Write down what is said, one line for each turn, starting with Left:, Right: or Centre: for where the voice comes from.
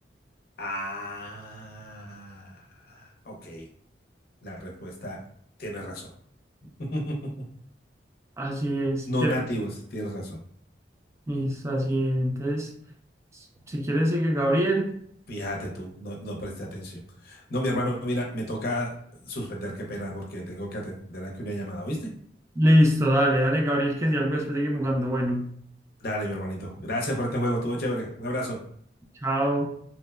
Left: Ah, ok. La respuesta, tienes razón. <laughs>
Right: Así es,
Left: No
Right: ¿quieres?
Left: nativos, tienes razón.
Right: Listo, así es. Entonces, si quieres, sigue Gabriel.
Left: Fíjate tú, no, no presté atención. No, mi hermano, mira, me toca suspender, qué pena, porque tengo que atender aquí una llamada, ¿oíste?
Right: Listo, dale, dale, Gabriel, que si algo después seguimos jugando. Bueno,
Left: Dale, mi hermanito. Gracias por este juego, estuvo chévere. Un abrazo.
Right: chao.